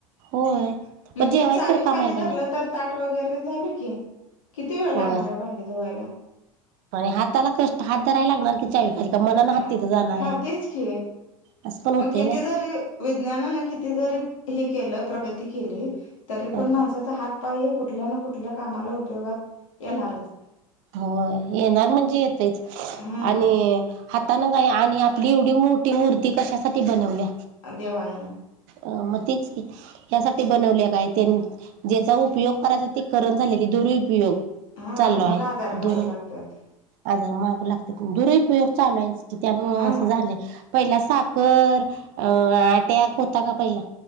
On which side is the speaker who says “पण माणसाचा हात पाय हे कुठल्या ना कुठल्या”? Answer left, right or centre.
Left